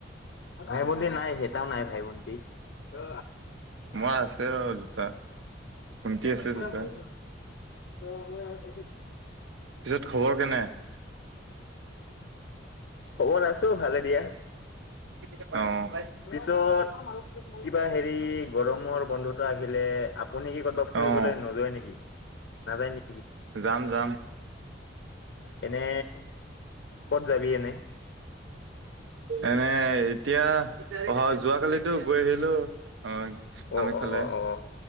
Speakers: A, on the left (about 65°); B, on the right (about 85°).
A: ভাই ভনী নাই সেইটাও নাই ভাই বনী অ
B: মই আছে দুটা ভন্টি আছে দুটা।
A: ভাল ন অ মই
B: পিছত খবৰ কেনে।
A: খবৰ
B: অ',
A: আছো ভালে দিয়া।
B: অ।
A: পিছত কিবা হেৰি গৰমৰ বন্ধতা আহিলে। আপুনিকি ক'তবাত ফুৰিবলৈ
B: অ',
A: নযোৱায় নেকি নাযায় নেকি।
B: যাম যাম।
A: এনে ক'ত যাবি এনে।
B: এনে এতিয়া অহা যোৱাকালিতো গৈ আহিলো। অ
A: অ',
B: আামি
A: অ',
B: খালে
A: অ', অ',